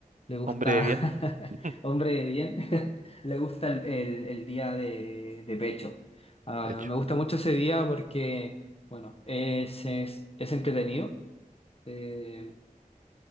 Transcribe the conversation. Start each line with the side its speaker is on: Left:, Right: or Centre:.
Left: le gusta,
Right: Hombre de bien, <laughs>
Left: <laughs> hombre de bien, <laughs> le gusta el, el- el día de, de pecho. Ah,
Right: de hecho.
Left: me gusta mucho ese día porque, bueno, es, es, es entretenido, eh,